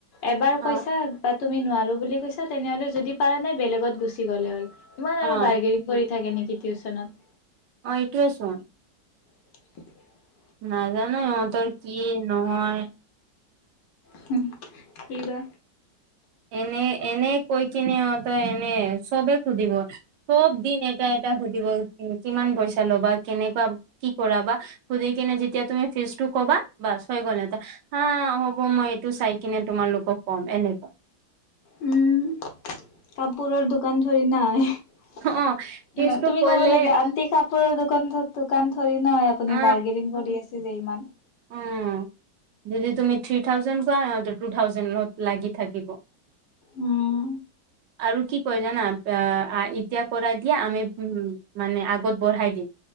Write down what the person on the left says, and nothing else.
এবাৰ
পইচা ব তুমি নোৱাৰো বুলি কৈছা তেনেহলে যদি পাৰা নাই বেলেগত গুচি গ'লে হ'ল ইমান
আৰু বাৰ্গেনিং কৰি থাকে নেকি টিউচনত।
<inaudible>
হম কি বা
উম কাপোৰৰ দোকান ঠৰি নাই। ন
তুমি
ক'ব লাগে আনটি কা পৰ দোকান দোকান ঠৰি না, আপুনি
বাৰ্গেনিং কৰি আছে যে ইমান?
উম।